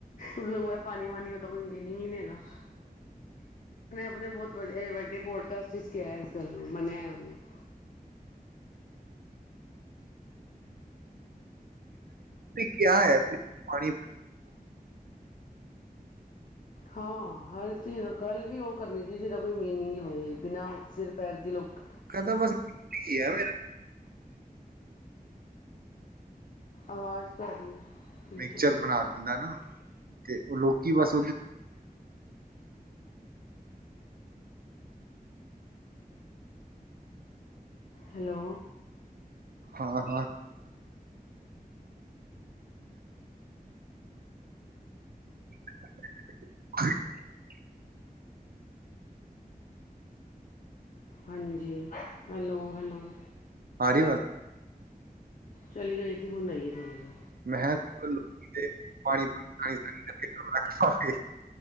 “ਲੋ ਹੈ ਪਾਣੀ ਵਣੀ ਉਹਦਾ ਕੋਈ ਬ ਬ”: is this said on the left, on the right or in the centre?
Left